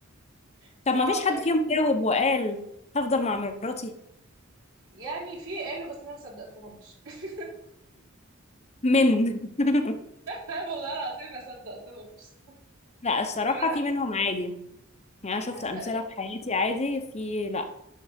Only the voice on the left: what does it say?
طب ما فيش حد
فيهم جاوب وقال هفضل مع مراتي
من <laughs>
لا الصراحة
في منهم عادي يعني انا شفت
امثله في حياتي عادي في لا